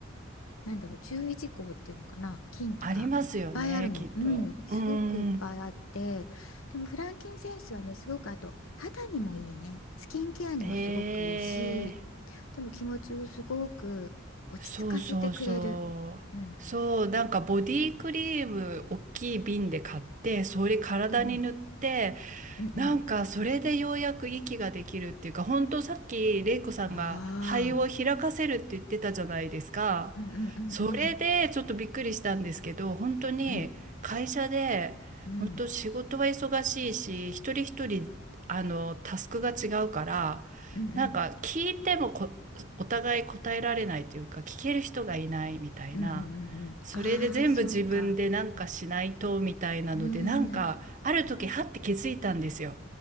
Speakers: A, on the left; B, on the right.
A: なんだろう注意事項っていうのかな禁忌がいっぱいあるのうんすごくいっぱいあってでもフランキンセンスはねすごくあと肌にもいいねスキンケアにもすごくいいし
B: ありますよね、きっと。うーん。へえ。
A: でも気持ちをすごく落ち着かせてくれるうん
B: そうそうそう。そう、なんかボディクリーム、大きい瓶で買って、それ体に塗って、
A: うんうんうんうん
B: なんかそれでようやく息ができるっていうか、本当さっき玲子さんが肺を開かせるって言ってたじゃないですか。
A: ああーうんうんうん
B: それでちょっとびっくりしたんですけど、本当に会社で、
A: うんうん
B: 本当仕事は忙しいし、一人一人あのタスクが違うから、
A: うんうん
B: なんか聞いてもこお互い答えられないというか、聞ける人がいないみたいな。
A: うんうんうんうんうんああーそうか
B: それで全部自分でなんかしないとみたいなので、
A: うん
B: なんか。ある時、はって気づいたんですよ。